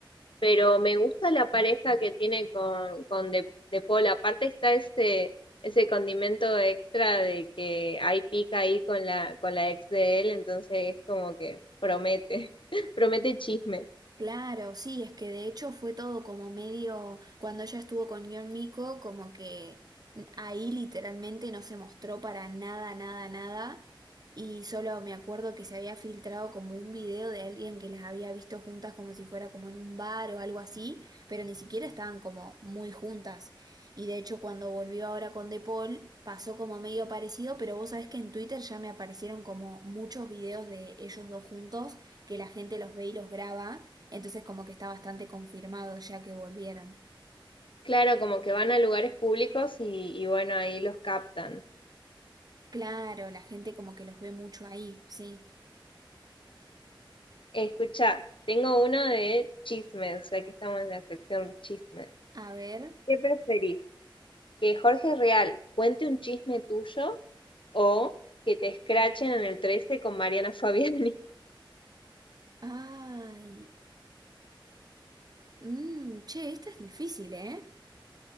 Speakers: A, on the left (about 75°); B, on the right (about 50°).
A: pero me gusta la pareja que tiene con con De, De Paul, aparte está ese ese condimento extra de que hay pica ahí con la con la ex de él, entonces es como que promete <laughs> promete chisme.
B: Claro, sí, es que de hecho fue todo como medio, cuando ella estuvo con John Miko, como que ahí literalmente no se mostró para nada, nada, nada, y solo me acuerdo que se había filtrado como un video de alguien que las había visto juntas como si fuera como en un bar o algo así, pero ni siquiera estaban como muy juntas. Y de hecho cuando volvió ahora con De Paul pasó como medio parecido, pero vos sabés que en Twitter ya me aparecieron como muchos videos de ellos dos juntos, que la gente los ve y los graba. Entonces como que está bastante confirmado ya que volvieron.
A: Claro, como que van a lugares públicos y, y bueno, ahí los captan.
B: Claro, la gente como que los ve mucho ahí, sí.
A: Escucha, tengo uno de chismes, ya que estamos en la sección chismes.
B: A ver.
A: ¿Qué preferís? ¿Que Jorge Real cuente un chisme tuyo o que te escrachen en el 13 con Mariana Fabiani?
B: Ay. mm, che, esta es difícil, ¿eh?